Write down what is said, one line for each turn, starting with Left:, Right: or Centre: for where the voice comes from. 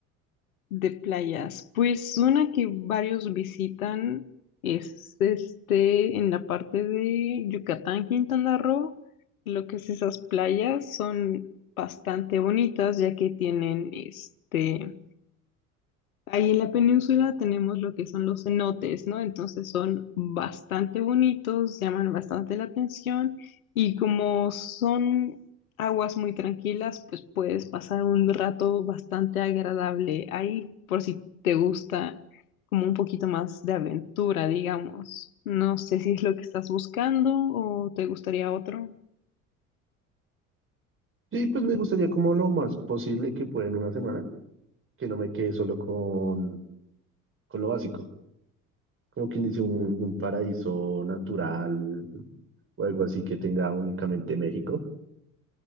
Left: De playas, pues una que varios visitan es este en la parte de Yucatán, Quintana Roo. Lo que es esas playas son bastante bonitas ya que tienen este Ahí en la península tenemos lo que son los cenotes, ¿no? Entonces son bastante bonitos, llaman bastante la atención y como son aguas muy tranquilas, pues puedes pasar un rato bastante agradable ahí, por si te gusta como un poquito más de aventura, digamos. No sé si es lo que estás buscando o te gustaría otro.
Right: Sí, pues me gustaría como lo más posible que pueda en una semana, que no me quede solo con, con lo básico, como quien dice un, un paraíso natural o algo así que tenga únicamente México,